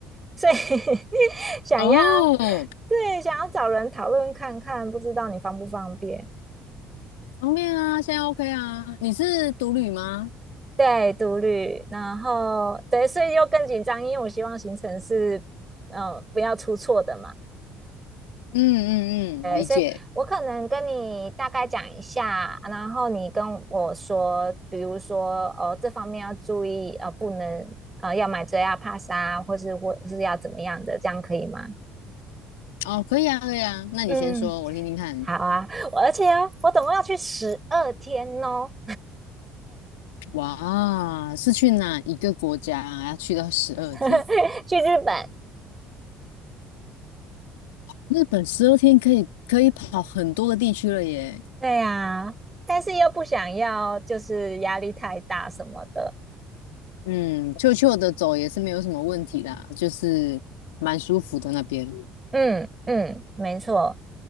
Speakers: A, on the right; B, on the left.
A: 所以 <laughs> 想要，
B: 哦，
A: 对，想要找人讨论看看，不知道你方不方便？
B: 方便啊，现在 OK 啊。你是独旅吗？
A: 对，独旅，然后对，所以又更紧张，因为我希望行程是，呃，不要出错的嘛。
B: 嗯嗯嗯，理解。
A: 对我可能跟你大概讲一下，然后你跟我说，比如说，呃，这方面要注意，呃，不能，呃，要买遮压帕莎，或是或或是要怎么样的，这样可以吗？
B: 哦，可以啊，可以啊。那你先说，
A: 嗯，
B: 我听听看。
A: 好啊，我而且哦我总共要去十二天哦，
B: 哇，是去哪一个国家啊？要去到十二天？
A: <laughs> 去日本。
B: 日本十二天可以可以跑很多个地区了耶。
A: 对呀，但是又不想要，就是压力太大什么的。
B: 嗯，悄悄的走也是没有什么问题啦，就是蛮舒服的那边。
A: 嗯嗯，没错。